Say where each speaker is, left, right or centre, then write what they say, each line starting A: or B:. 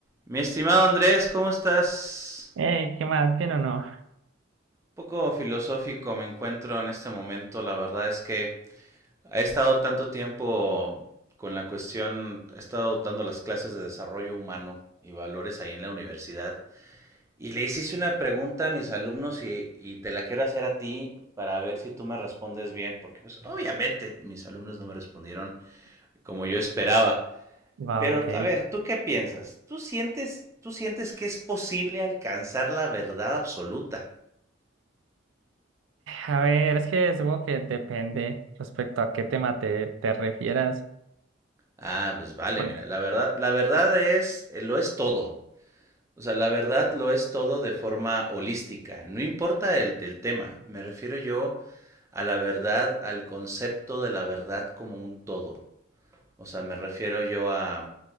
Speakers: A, on the right; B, on the right.
A: Mi estimado Andrés, ¿cómo estás? Un
B: Ey, ¿qué más? ¿Bien o no?
A: poco filosófico me encuentro en este momento. La verdad es que he estado tanto tiempo con la cuestión, he estado dando las clases de desarrollo humano y valores ahí en la universidad. Y le hiciste una pregunta a mis alumnos y, y te la quiero hacer a ti para ver si tú me respondes bien, porque pues obviamente mis alumnos no me respondieron como yo esperaba.
B: Va,
A: Pero,
B: ok.
A: a ver, ¿tú qué piensas? ¿Tú sientes, tú sientes que es posible alcanzar la verdad absoluta?
B: A ver, es que supongo que depende respecto a qué tema te, te refieras.
A: Ah, pues vale,
B: Por-
A: mira, la verdad, la verdad es, eh, lo es todo. O sea, la verdad lo es todo de forma holística. No importa el del tema. Me refiero yo a la verdad, al concepto de la verdad como un todo. O sea, me refiero yo a